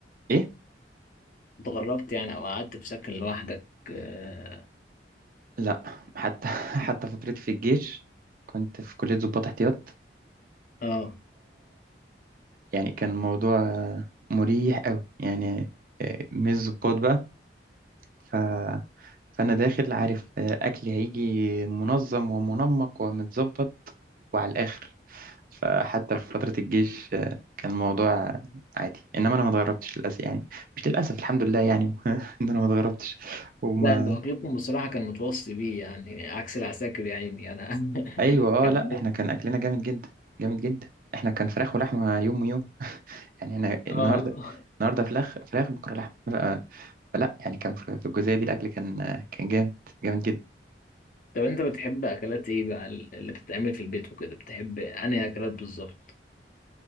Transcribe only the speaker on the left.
اتغربت يعني أو قعدت في سكن لوحدك آه
آه.
لا أنت أكلكم بصراحة كان متوصي بيه يعني عكس العساكر يا عيني أنا <laughs>
كان
عندنا-
اه
طب انت بتحب اكلات ايه بقى ال- اللي بتتعمل في البيت وكده بتحب انهي اكلات بالظبط